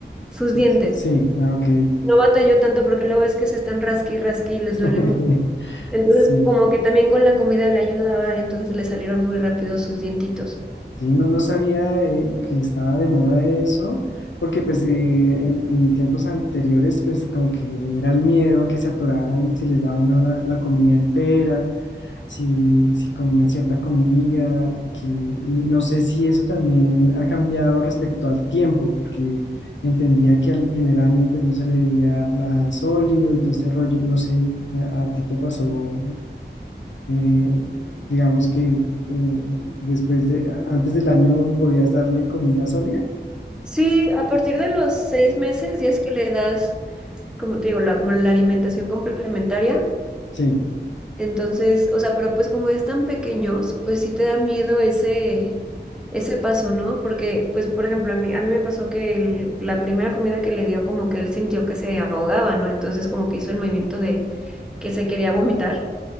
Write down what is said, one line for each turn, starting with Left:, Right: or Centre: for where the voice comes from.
Centre: sus
Left: sí,
Centre: dientes
Left: sí, ah, ok.
Centre: no batalló tanto porque luego es que se están rasqui y rasqui y les
Left: <laughs>
Centre: duele mucho. Entonces,
Left: Sí.
Centre: como que también con la comida le ayudaba, entonces le salieron muy rápido sus dientitos.
Left: Sí, no, no sabía eh, que estaba de moda eso, porque pues eh, en, en tiempos anteriores pues como que era el miedo a que se atoraran si les daba uno la, la comida entera, si, si comían cierta comida, que, y no sé si eso también ha cambiado respecto al tiempo, porque entendía que al primer año pues no se le debía dar nada sólido y todo este rollo, no sé, a, a ti te pasó eh, digamos que eh, después de, antes del año podías darle comida sólida.
Centre: Sí, a partir de los seis meses ya es que le das, como te digo, la, como la alimentación complementaria.
Left: Sí,
Centre: Entonces, o sea, pero pues como es tan pequeños, pues sí te da miedo ese, ese paso, ¿no? Porque, pues, por ejemplo, a mí, a mí me pasó que el- la primera comida que le dio, como que él sintió que se ahogaba, ¿no? Entonces, como que hizo el movimiento de que se quería vomitar.